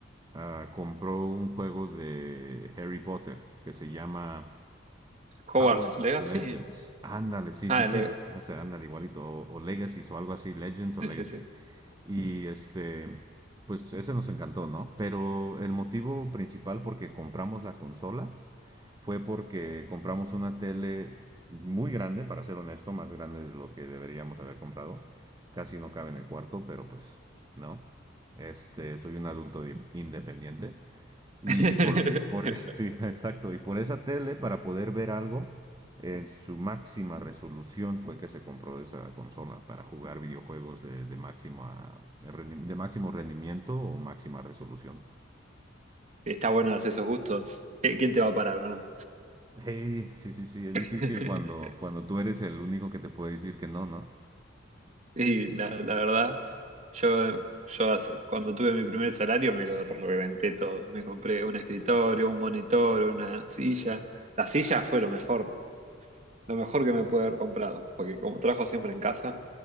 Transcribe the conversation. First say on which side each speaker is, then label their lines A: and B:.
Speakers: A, on the right; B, on the right.
A: ah, compró un juego de Harry Potter que se llama
B: Hogwarts
A: Howard's
B: Legacy.
A: Legends. Ándale, sí,
B: Ah,
A: sí, sí,
B: el Leg-
A: o sea, ándale igualito, o, o Legacy o algo así, Legends o
B: Sí,
A: Legacy.
B: sí, sí.
A: Y este, pues ese nos encantó, ¿no? Pero el motivo principal por qué compramos la consola fue porque compramos una tele muy grande, para ser honesto, más grande de lo que deberíamos haber comprado. Casi no cabe en el cuarto, pero pues no. Este, soy un adulto di- independiente y
B: <laughs>
A: por, por <laughs> sí, exacto, y por esa tele para poder ver algo en su máxima resolución fue que se compró esa consola para jugar videojuegos de, de máxima rendi- de máximo rendimiento o máxima resolución.
B: Está bueno darse esos gustos. ¿Qui- ¿Quién te va a parar o no?
A: Hey, sí, sí, sí, es
B: <laughs>
A: difícil cuando, cuando tú eres el único que te puede decir que no, ¿no?
B: Y la, la verdad, yo, yo hace- cuando tuve mi primer salario me lo reventé todo. Me compré un escritorio, un monitor, una silla. La silla fue lo mejor Lo mejor que me pude haber comprado, porque como trabajo siempre en casa,